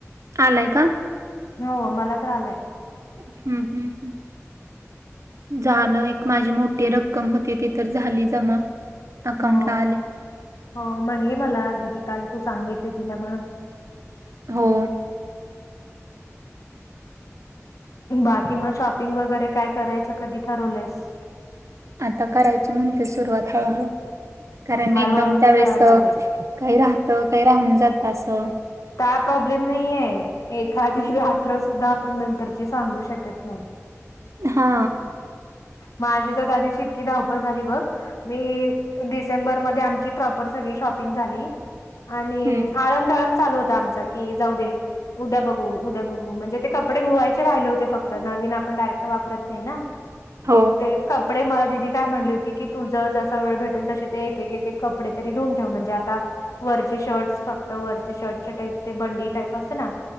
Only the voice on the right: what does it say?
आलाय का?
हम्म हम् हम्म झालं एक माझी मोठी रक्कम होती ती तर झाली जमा. अकाउंटला
आले.
हो.
आता करायचे म्हणते सुरुवात हळू - हळू कारण
एकदम त्यावेेळेस.
काय राहतं काय राहून जात असं.
हा.
हं.
हो,